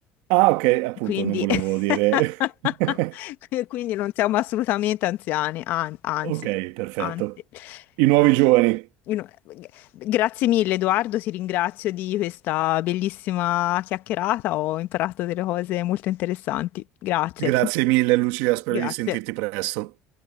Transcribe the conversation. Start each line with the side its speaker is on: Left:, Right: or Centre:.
Right: Ah, ok, appunto,
Left: Quindi,
Right: non volevo
Left: <laughs>
Right: dire. <laughs>
Left: quindi non siamo assolutamente anziani, an- anzi,
Right: Ok, perfetto.
Left: anzi,
Right: I nuovi
Left: anzi.
Right: giovani.
Left: Io no- Grazie mille, Edoardo, ti ringrazio di questa bellissima chiacchierata. Ho imparato delle cose molto interessanti. Grazie,
Right: Grazie mille, Lucia, spero
Left: grazie.
Right: di sentirti presto.